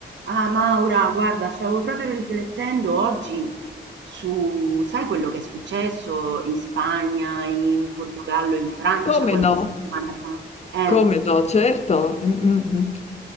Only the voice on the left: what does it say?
Come
no,
come no, certo, mm, mm, mm,